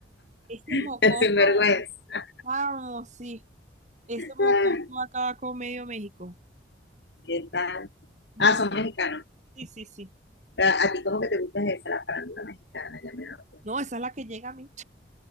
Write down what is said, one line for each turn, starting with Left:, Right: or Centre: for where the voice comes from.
Right: Ese mocoso,
Left: <laughs> Sin vergüenza.
Right: vamos, sí. Ese mocoso
Left: Ah,
Right: acaba con medio México.
Left: ¿Qué tal?
Right: No,
Left: Ah, son mexicanos.
Right: sí, sí, sí.
Left: A, a ti como que te gusta esa, la farándula mexicana, ya me doy cuenta.
Right: No, esa es la que llega a mí.